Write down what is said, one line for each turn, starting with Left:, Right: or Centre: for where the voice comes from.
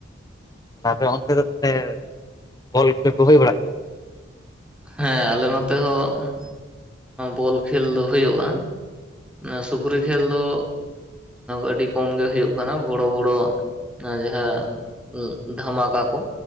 Left: ᱛᱚ ᱟᱯᱮ ᱚᱱᱛᱮ ᱫᱚ ᱛᱟᱦᱞᱮ, ᱵᱚᱞ ᱠᱷᱮᱹᱞ ᱠᱚ ᱦᱩᱭ ᱵᱟᱲᱟᱜ ᱜᱮᱭᱟ ᱥᱮ ᱵᱟᱝ
Centre: ᱦᱮᱸ, ᱟᱞᱮ ᱱᱚᱛᱮ ᱦᱚᱸ ᱵᱚᱞ ᱠᱷᱮᱹᱞ ᱫᱚ ᱦᱩᱭᱩᱜᱼᱟ᱾ ᱚᱱᱟ ᱥᱩᱠᱨᱤ ᱠᱷᱮᱹᱞ ᱫᱚ ᱟᱹᱰᱤ ᱠᱚᱢ ᱜᱮ ᱦᱩᱭᱩᱜ ᱠᱟᱱᱟ᱾ ᱵᱚᱲᱚ ᱵᱚᱲᱚ ᱡᱟᱦᱟᱸ ᱫᱷᱟᱢᱟᱠᱟ ᱠᱚ᱾